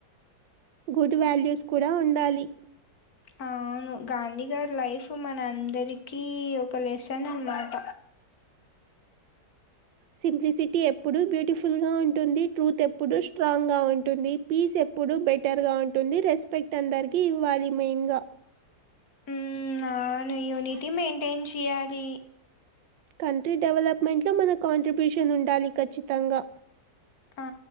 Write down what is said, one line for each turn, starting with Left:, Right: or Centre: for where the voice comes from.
Right: గుడ్ వాల్యూస్ కూడా ఉండాలి
Left: అ అవును గాంధీ గారి లైఫ్ మన అందరికీ ఒక లెసన్ అనమాట
Right: సింప్లిసిటీ ఎప్పుడూ బ్యూటిఫుల్ గా ఉంటుంది ట్రూత్ ఎప్పుడూ స్ట్రాంగ్ గా ఉంటుంది పీస్ ఎప్పుడూ బెటర్గా ఉంటుంది రెస్పెక్ట్ అందరికీ ఇవ్వాలి మెయిన్ గా
Left: ఉమ్ అవును యూనిటీ మెయింటైన్ చేయాలి
Right: కంట్రీ డెవలప్మెంట్ లో మన కాంట్రిబ్యూషన్ ఉండాలి ఖచ్చితంగా
Left: ఆ